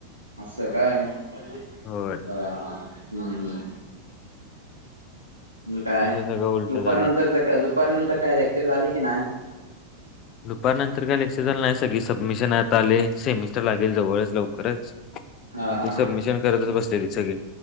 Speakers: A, on the left; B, on the left.
A: असं काय हा
B: होय
A: हा हं हं काय
B: असं सगळं उलट
A: दुपार
B: झाले
A: नंतर दुपार नंतर काय लेक्चर झाले की नाही
B: दुपारनंतर काय लेक्चर झाल नाही सगळी सबमिशन आता आले सेमिस्टर लागेल जवळच लवकरच मग
A: हा हा
B: ते सबमिशन करतच बसलेली सगळे